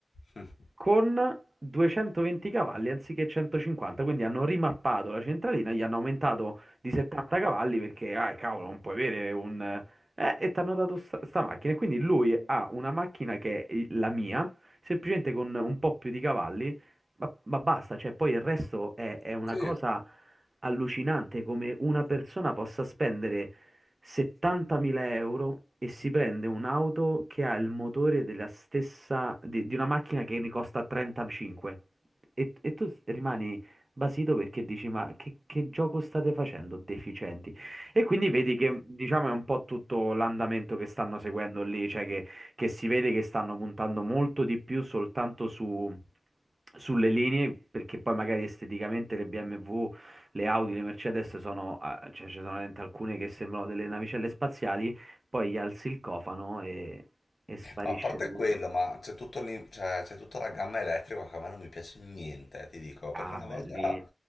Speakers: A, on the left; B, on the right.
A: <laughs>
B: con 220 cavalli anziché 150, quindi hanno rimappato la centralina, gli hanno aumentato di 70 cavalli perché, ah, cavolo, non puoi avere un... Eh, e ti hanno dato sta, sta macchina. E quindi lui ha una macchina che è il- la mia semplicemente con un po' più di cavalli ma, ma basta, cioè, poi il resto è, è una
A: Sì,
B: cosa allucinante come una persona possa spendere 70.000 euro e si prende un'auto che ha il motore della stessa, di, di una macchina che ne costa 35. E, e tu rimani basito perché dici, ma che, che gioco state facendo, deficienti? E quindi vedi che, diciamo, è un po' tutto l'andamento che stanno seguendo lì, cioè che si vede che stanno puntando molto di più soltanto su- sulle linee, perché poi magari esteticamente le BMW, le Audi, le Mercedes sono, eh, cioè ci sono veramente alcune che sembrano delle navicelle spaziali, poi gli alzi il cofano e, e sparisce
A: ma a parte
B: tutto.
A: quello, ma c'è tutto lì- cioè, c'è tutta la gamma elettrica che a me non mi piace niente, ti dico, perché
B: Ah,
A: una
B: belli.
A: volta